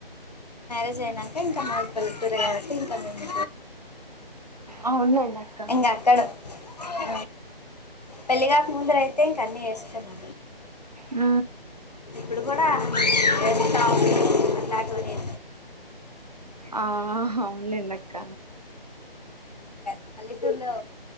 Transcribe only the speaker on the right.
అవునులేండి అక్క
ఊ
ఆ హవునులేండక్క